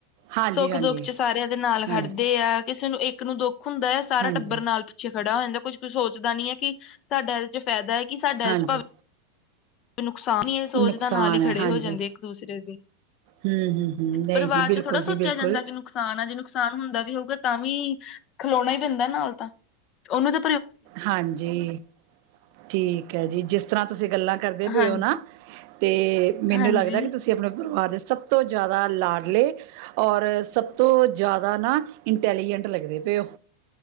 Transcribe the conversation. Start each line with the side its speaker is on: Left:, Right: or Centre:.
Right: ਹਾਂਜੀ
Left: ਸੁੱਖ
Right: ਹਾਂਜੀ
Left: ਦੁੱਖ ਚ ਸਾਰਿਆਂ ਦੇ ਨਾਲ
Right: ਹਾਂਜੀ
Left: ਖੜਦੇ ਆ ਕਿਸੇ ਨੂੰ ਇੱਕ ਨੂੰ ਦੁੱਖ ਹੁੰਦਾ ਹੈ ਸਾਰਾ
Right: ਹਾਂਜੀ
Left: ਟੱਬਰ ਨਾਲ ਪਿੱਛੇ ਖੜ ਹੋ ਜਾਂਦਾ ਕੁਛ ਸੋਚਦਾ ਨੀ ਹੈ ਕਿ ਸਾਡਾ ਚ ਫਾਇਦਾ ਹੈ ਕਿ ਸਾਡਾ
Right: ਹਾਂਜੀ
Left: ਚ ਭਾਵੈ ਨੁਕਸਾਨ ਹੀ ਇਹ ਸੋਚ
Right: ਨੁਕਸਾਨ
Left: ਦਾ ਨਾਲ ਹੀ ਖੜੇ
Right: ਹੈ ਹਾਂਜੀ
Left: ਹੋ ਜਾਂਦੇ ਇੱਕ ਦੂਸਰੇ ਦੇ
Right: ਹਮ ਹਮ ਹਮ ਨਹੀਂ
Left: ਪਰਿਵਾਰ
Right: ਜੀ ਬਿਲਕੁਲ
Left: ਚ ਥੋੜ੍ਹਾ ਸੋਚਿਆ
Right: ਜੀ ਬਿਲਕੁਲ
Left: ਜਾਂਦਾ ਕਿ ਨੁਕਸਾਨ ਆ ਜਿਹਨੂੰ ਨੁਕਸਾਨ ਹੁੰਦਾ ਵੀ ਹੋਊਗਾ ਤਾਂ ਵੀ ਖਲੋਣਾ ਹੀ ਪੈਂਦਾ ਨਾਲ ਤਾਂ ਉਹਨੂੰ ਤਾਂ ਉਹਨਾਂ ਦਾ
Right: ਹਾਂਜੀ ਠੀਕ ਹੈ ਜੀ ਜਿਸ ਤਰ੍ਹਾਂ ਤੁਸੀਂ ਗੱਲਾਂ ਕ ਕਰਦੇ ਪਏ
Left: ਹਾਂਜੀ
Right: ਹੋ ਨਾ ਤੇ ਮੈਨੂੰ
Left: ਹਾਂਜੀ
Right: ਲੱਗਦਾ ਕਿ ਤੁਸੀਂ ਆਪਣੇ ਸਭ ਤੋਂ ਜ਼ਿਆਦਾ ਲਾਡਲੇ ਔਰ ਸਭ ਤੋਂ ਜ਼ਿਆਦਾ ਨਾ ਇੰਟੈਲੀਜੈਂਟ ਜੇਂਟ ਲੱਗਦੇ ਪਏ ਉਹ